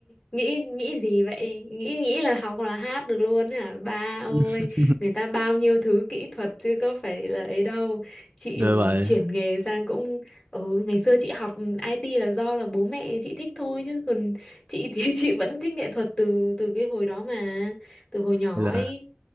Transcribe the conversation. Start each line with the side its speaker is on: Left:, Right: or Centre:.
Left: nghĩ nghĩ gì vậy? Nghĩ nghĩ là học hoặc là hát được luôn hả? Ba ơi,
Right: <laughs>
Left: người ta bao nhiêu thứ kỹ thuật chứ có phải là ấy đâu. Chị
Right: Ghê vậy
Left: chuyển nghề sang cũng ừ, ngày xưa chị học IT là do là bố mẹ chị thích thôi chứ còn chị thì <laughs> chị vẫn thích nghệ thuật từ từ cái hồi đó mà, từ hồi nhỏ
Right: hay là
Left: ấy.